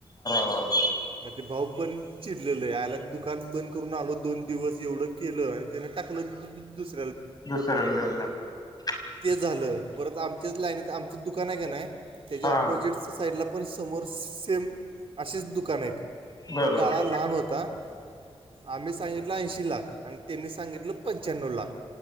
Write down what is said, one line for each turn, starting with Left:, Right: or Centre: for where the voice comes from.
Left: वा वा
Right: मध्ये भाऊ पण ला दुकान बंद करून आलो दोन दिवस एवढं केलं, आणि त्यान टाकलं दु दु दुस
Left: दुसऱ्याला देऊन टाकलं.
Right: ते झालं परत आमच्याच लाईनीत आमचं दुकान आहे का नाही? त्याच्या
Left: हा
Right: ऑपोजिट च्या साईडला पण समोर सेम असेच दुकानं आहेत.
Left: बरोबर!
Right: पण गाळा लहान होता, आम्ही सांगितला ऐशी लाख आणि त्यांनी सांगितलं पंच्याण्व लाख,